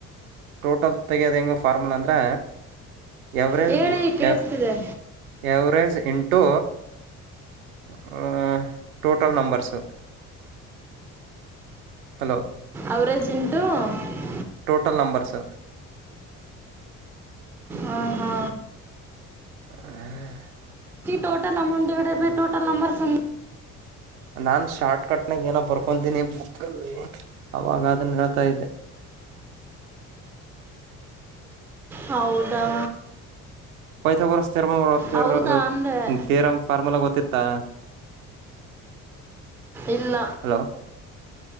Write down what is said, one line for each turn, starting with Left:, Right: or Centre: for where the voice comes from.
Right: ಟೋಟಲ್ ತೆಗ್ಯೋದ ಹೆಂಗ ಫಾರ್ಮುಲ ಅಂದ್ರೆ ಎವರಜ್
Centre: ಹೇಳಿ
Right: <unintelligible>
Centre: ಕೇಳಿಸ್ತಿದೆ
Right: ಎವರಜ್ ಎಂಟು <unintelligible> total numbers hello
Centre: average into <unintelligible>
Right: total numbers.
Centre: ಹಾ ಹಾ
Right: <unintelligible>
Centre: total amount divided total numbers <unintelligible>
Right: ನಾನ್ ಶಾರ್ಟ್ ಕಟ್ನಾಗ ಏನೋ ಬರ್ಕಂತೀನಿ ಬುಕ್ಕಲ್ಲಿ ಅವಾಗದು <unintelligible> ಇದ್ದೆ.
Centre: ಹೌದಾ
Right: ಪ್ಯಾಂತಾಗೋರಸ್ <unintelligible>
Centre: ಹೌದಾ ಅಂದೆ
Right: ಥಿಯರಿಮ್ ಫಾರ್ಮುಲಾ ಗೊತ್ತತ್ತಾ.
Centre: ಇಲ್ಲ
Right: ಹಲೋ